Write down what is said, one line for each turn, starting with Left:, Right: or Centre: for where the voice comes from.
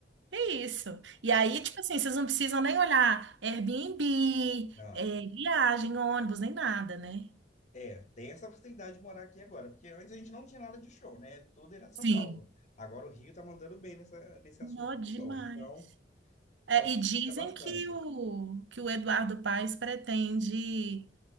Right: é isso. E aí,
Left: é,
Right: tipo assim, vocês não precisam nem olhar Airbnb,
Left: não.
Right: eh, viagem, ônibus, nem nada, né?
Left: É, tem essa facilidade de morar aqui agora, porque antes a gente não tinha nada de show, né? Tudo era São
Right: Sim.
Left: Paulo. Agora o Rio tá mandando bem nessa, nesse
Right: Nó
Left: assunto de
Right: demais.
Left: show. Então,
Right: É,
Left: então facilita
Right: e dizem
Left: bastante.
Right: que o, que o Eduardo Paes pretende,